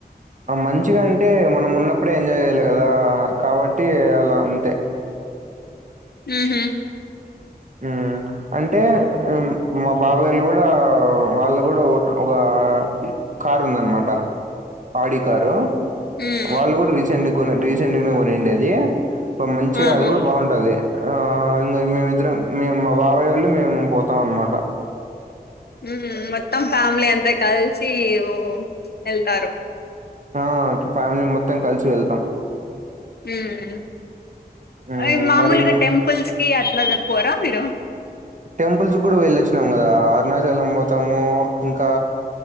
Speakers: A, on the right; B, on the left.
A: ఆ మంచిగా అంటే మనం ఉన్నప్పుడే ఎంజాయ్ జేయాలి గదా కాబట్టి అలా అంతే.
B: ఉహు.
A: మ్మ్ అంటే ఉమ్ మా బాబాయిలు గూడా వాళ్ళు కూడా ఒక ఒక ఇ. కార్ ఉందన్నమాట ఆడి కారు.
B: మ్మ్
A: వాళ్ళు గూడా రీసెంట్గా కోని రీసెంట్గా నే కొనిండేది అ మంచిగా
B: ఆహా
A: అది గూడా బాగుం. ఉంటది ఆ ఇంగ మేమిద్దర్రం. మే మా బాబాయోళ్ళు మేము పోం. అవ్న్ మాట.
B: ఉమ్ మొత్తం ఫ్యామిలీ అంతా కలిసి ఓ వెళ్తారు.
A: ఆ ఫ్యామిలీ మొత్తం కలిసి వెళ్తాం.
B: ఉమ్
A: హ్మ్
B: ఓయ్ మామూలుగా
A: మరి
B: టెంపుల్స్ కి అట్లా పోరా మీరు.
A: టెంపుల్స్ గూడా వెళ్ళొ అచ్చినాము గదా అరుణాచలం పోతాము ఇంకా.